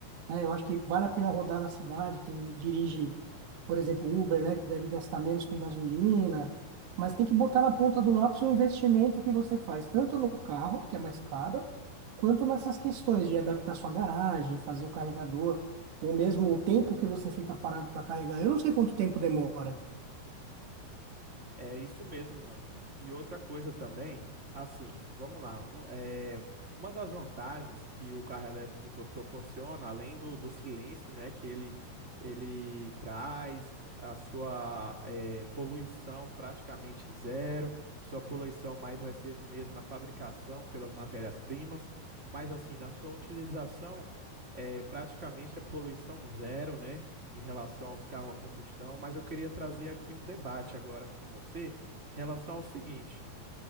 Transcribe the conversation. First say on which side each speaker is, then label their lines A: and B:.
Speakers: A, on the right; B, on the right.
A: né? Eu acho que vale a pena rodar na cidade, quem dirige, por exemplo, Uber, né, que deve gastar menos com gasolina, mas tem que botar na ponta do lápis o investimento que você faz, tanto no carro, que é mais caro, quanto nessas questões de adaptar sua garagem, fazer o carregador, ou mesmo o tempo que você fica parado para carregar. Eu não sei quanto tempo demora.
B: É isso mesmo, mano. E outra coisa também, assim, vamos lá. vo- É, uma das vantagens que o carro elétrico proporciona, além do, do silêncio, né, que ele, ele traz, a sua é, poluição praticamente zero, sua poluição mais vai ser no mesmo na fabricação pelas matérias-primas, mas assim, na sua utilização, é, praticamente é poluição zero, né? em relação aos carros a combustão, mas eu queria trazer aqui um debate agora com você em relação ao seguinte.